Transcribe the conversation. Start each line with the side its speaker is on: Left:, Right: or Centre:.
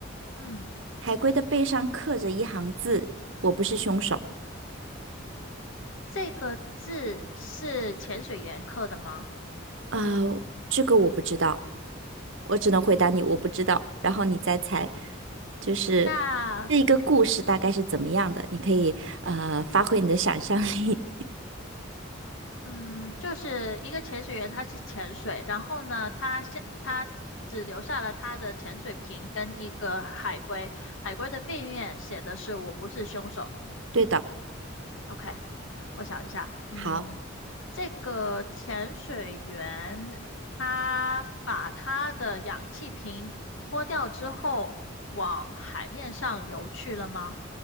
Left: 嗯，
Right: 海龟的背上刻着一行字：“我不是凶手。”
Left: 这个字是潜水员刻的吗？
Right: 呃，这个我不知道，我只能回答你我不知道，然后你再猜，就是
Left: 那，
Right: 这一个故事大概是怎么样的，你可以呃发挥你的想象力。
Left: 嗯，就是一个潜水员，他去潜水，然后呢，他现他只留下了他的潜水瓶跟一个海龟，海龟的背面写的是“我不是凶手”。
Right: <laughs> 对的，
Left: OK，我想一下，嗯，
Right: 好，
Left: 这个潜水员他把他的氧气瓶脱掉之后，往海面上游去了吗？